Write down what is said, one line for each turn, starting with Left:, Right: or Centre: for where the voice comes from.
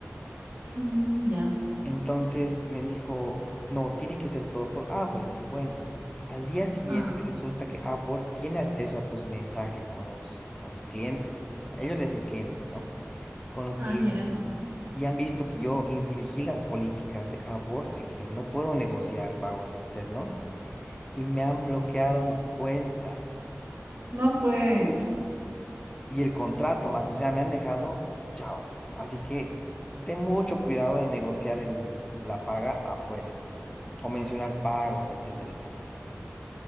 Right: Mm, ya.
Left: Entonces me dijo, no, tiene que ser todo por Upwork. Dije, bueno, al día siguiente
Right: Ah,
Left: resulta que Upwork tiene acceso a tus mensajes con los, con los clientes. eh, A ellos le dicen clientes, ¿no? Con los
Right: ah,
Left: clientes.
Right: ya.
Left: Y han visto que yo infligí las políticas de Upwork, de que no puedo negociar pagos externos, y me han bloqueado mi cuenta
Right: No, pues.
Left: y el contrato más. O sea, me han dejado, chao. Así que ten mucho cuidado en negociar el, la paga afuera. o mencionar pagos, etcétera, etcétera.